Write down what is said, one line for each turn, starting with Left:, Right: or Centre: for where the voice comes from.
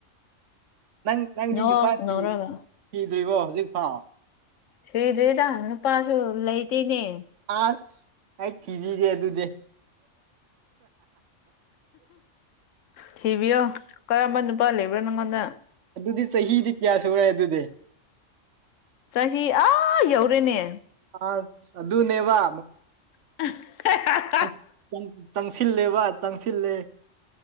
Right: ꯅꯪ ꯅꯪꯗꯤ
Left: ꯅꯣꯛ
Right: ꯅꯨꯄꯥ ꯊꯤ
Left: ꯅꯧꯔꯒ
Right: ꯊꯤꯗ꯭ꯔꯤꯕꯣ ꯍꯧꯖꯤꯛꯐꯥꯎ
Left: ꯊꯔꯤꯗ꯭ꯔꯤꯗ ꯅꯨꯄꯥꯁꯨ ꯂꯩꯇꯦꯅꯦ
Right: ꯑꯥꯁ ꯑꯩ ꯊꯤꯕꯤꯒꯦ ꯑꯗꯨꯗꯤ
Left: ꯊꯤꯕꯤꯌꯣ ꯀꯔꯝꯕ ꯅꯨꯄꯥ ꯂꯩꯕ꯭ꯔ ꯅꯪꯉꯣꯟꯗ
Right: ꯑꯗꯨꯗꯤ ꯆꯍꯤꯗꯤ ꯀꯌꯥ ꯁꯨꯔꯦ ꯑꯗꯨꯗꯤ
Left: ꯆꯍꯤ ꯑꯥ ꯌꯧꯔꯦꯅꯦ
Right: ꯑꯥꯁ ꯑꯗꯨꯅꯦ ꯋꯥ
Left: <unintelligible>
Right: ꯑꯁ ꯆꯪ ꯆꯪꯁꯤꯜꯂꯦꯕ ꯇꯪꯁꯤꯜꯂꯦ